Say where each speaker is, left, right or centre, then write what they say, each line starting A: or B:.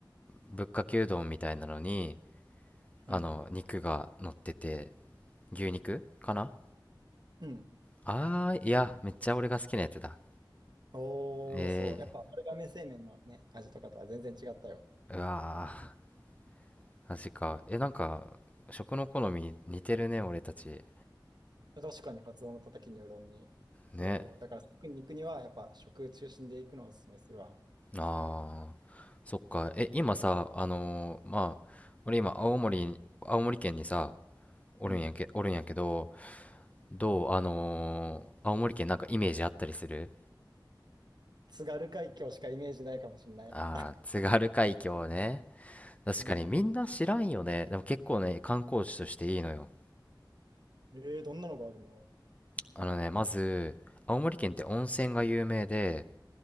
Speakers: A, on the left; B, on the right.
A: ぶっかけうどんみたいなのに、
B: う。
A: あの、
B: うん。
A: 肉が乗ってて、牛肉かな
B: うん。
A: あー、いや、めっちゃ俺が好きなやつだ。
B: おー、
A: え
B: そう。やっぱ丸亀製麺のね、味とかとは全然違ったよ。
A: ー、うわー、マジか。え、なんか、食の好み似てるね、俺たち。
B: 確かにカツオのたたきにうどんに。そう。
A: ね。
B: だから食に行くには、やっぱ食中心で行くのをおすすめするわ。
A: ああ、そっか。え、今さ、あのーまあ、俺今、青森に、青森県にさ、おるんやけ、
B: うん。
A: おるんやけど、どう、あのー青森県なんかイメージあったりする
B: 津軽海峡しかイメージないかもしんない。
A: ああー、津軽海峡ね。確かにみんな知らんよね。
B: うん。
A: でも結構ね、観光地としていいのよ。
B: えー、どんなのがあるの
A: あのね、まず、青森県って温泉が有名で、